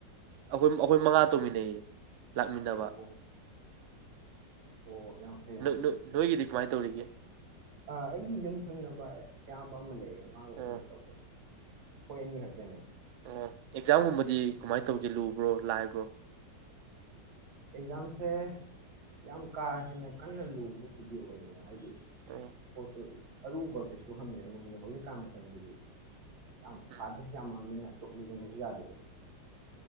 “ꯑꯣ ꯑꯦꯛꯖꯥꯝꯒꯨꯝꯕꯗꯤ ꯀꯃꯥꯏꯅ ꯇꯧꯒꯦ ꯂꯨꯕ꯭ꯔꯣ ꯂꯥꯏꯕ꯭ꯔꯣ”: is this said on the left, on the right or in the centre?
Right